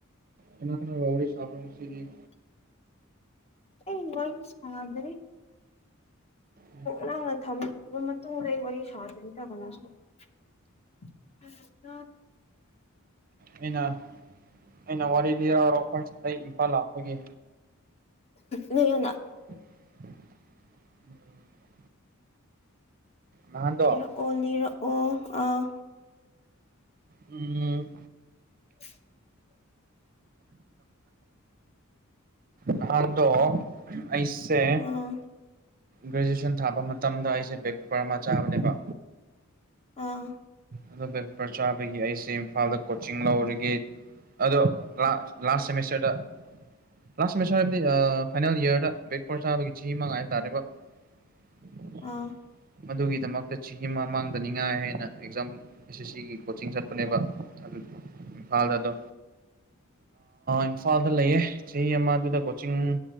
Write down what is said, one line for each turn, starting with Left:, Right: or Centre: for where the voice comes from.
Right: ꯀꯩꯅꯣꯅꯥ ꯀꯅꯥ ꯋꯥꯔꯤ ꯁꯥꯕꯁꯤ
Left: ꯑꯩ ꯋꯥꯔꯤ ꯁꯥꯟꯅꯗ꯭ꯔꯤ
Right: ꯎꯝ
Left: ꯅꯪꯅ ꯊꯝꯕ ꯃꯇꯨꯡꯗ ꯑꯩ ꯋꯥꯔꯤ ꯁꯥꯗ꯭ꯔꯤꯗ ꯀꯅꯥꯁꯨ ꯎ <unintelligible>
Right: ꯑꯩꯅ ꯑꯩꯅ ꯋꯥꯔꯤ ꯂꯤꯔꯑꯔꯣ ꯑꯩꯈꯣꯏꯁꯤꯗ ꯏꯝꯐꯥꯜ ꯂꯥꯛꯄꯒꯤ
Left: ꯅꯌꯅ
Right: ꯎꯝ ꯅꯍꯥꯟꯗꯣ
Left: ꯑꯣꯂꯤꯔꯛꯑꯣ ꯑꯥ
Right: ꯎꯝ
Left: <inaudible>
Right: ꯅꯍꯥꯟꯗ ꯑꯩꯁꯦ
Left: ꯑꯥ
Right: ꯒ꯭ꯔꯦꯖꯨꯑꯌꯦꯁꯟ ꯊꯥꯕ ꯃꯇꯝꯗ ꯑꯩꯁꯦ ꯕ ꯄꯔꯃꯥ ꯆꯥꯕꯅꯦꯕ
Left: ꯑꯥ
Right: ꯑꯗꯨ ꯕꯦꯛꯄꯔ ꯆꯥꯕꯒꯤ ꯑꯩꯁꯦ ꯏꯝꯐꯥꯜꯗ ꯀꯣꯆꯤꯡ ꯂꯧꯔꯒꯦ ꯑꯗꯣ ꯂꯥꯁ ꯁꯦꯃꯤꯁꯇꯔꯗ ꯂꯥꯁ ꯁꯃꯤꯁꯇꯔ ꯍꯥꯏꯕꯗꯤ ꯐꯥꯏꯅꯦꯜ ꯌꯌꯥꯔꯗ ꯕꯦꯛ ꯐꯣꯔ ꯆꯥꯕꯒꯤ ꯆ ꯑꯃ ꯍꯥꯏꯕ ꯇꯥꯔꯦꯕ <inaudible>
Left: ꯑꯥ
Right: ꯃꯗꯨꯒꯤꯗꯃꯛꯇ ꯆꯍꯤꯒꯤ ꯃꯃꯥꯡꯗꯅꯤꯉꯥꯏ ꯍꯥꯏꯅ ꯑꯦꯛꯖꯥꯝ ꯑꯦꯁ ꯑꯦꯁ ꯁꯤꯒꯤ ꯀꯣꯆꯤꯡ ꯆꯠꯄꯅꯦꯕ ꯑꯗꯨ ꯏꯝꯐꯥꯜꯗ ꯑꯗꯣ ꯏꯝꯐꯥꯜꯗ ꯂꯩꯌꯦ ꯆꯍꯤ ꯑꯃꯗꯨꯗ ꯀꯣꯆꯤꯡ